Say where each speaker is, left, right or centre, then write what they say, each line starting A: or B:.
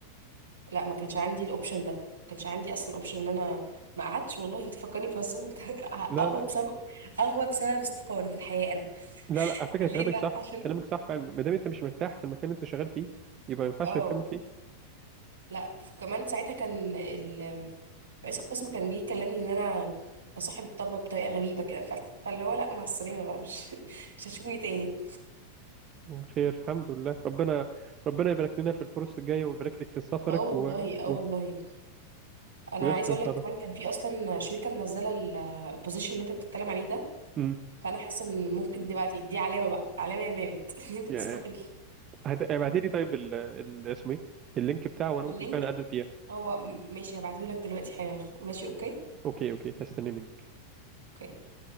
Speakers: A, on the right; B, on the right.
A: لا ما كانش عندي الاوبشن ده ما كانش عندي اصلا اوبشن ان انا ما قعدتش والله انت فكرني بهزار انت <laughs>
B: لا
A: اغوى
B: لا
A: بسبب اغوى بسبب استقالة في الحياة انا
B: لا لا على فكره
A: <laughs> ليه
B: كلامك
A: بقى
B: صح
A: عشان
B: كلامك صح فعلا ما دام انت مش مرتاح في المكان اللي انت شغال فيه يبقى ما ينفعش
A: اه
B: تكمل فيه
A: لا ف- كمان ساعتها كان ال... رئيس القسم كان جه يكلمني ان انا بصاحب الطلبة بطريقة غريبة كده ف- فاللي هو لا مع السلامة بقى مش <laughs> مش هتشوفني تاني
B: مم. خير الحمد لله ربنا ربنا يبارك لنا في الفرص الجايه ويبارك لك في
A: <laughs>
B: سفرك
A: اه والله
B: و...
A: اه
B: و...
A: والله انا
B: ويستر
A: عايزه اقول
B: ان شاء
A: لك
B: الله
A: كمان كان في اصلا شركه منزله البوزيشن اللي انت بتتكلم عليه ده
B: امم
A: فانا حاسه ان ممكن دلوقتي دي علامه بقى علامه يا مامت <laughs> ان انت
B: يعني
A: تستقيل
B: هت... ابعتي لي طيب ال... ال... اسمه ايه اللينك بتاعه وانا
A: اللينك
B: ممكن فعلا اقدم فيه
A: هو م- ماشي هبعتهولك دلوقتي حالا ماشي اوكي
B: اوكي اوكي هستنى منك
A: اوكي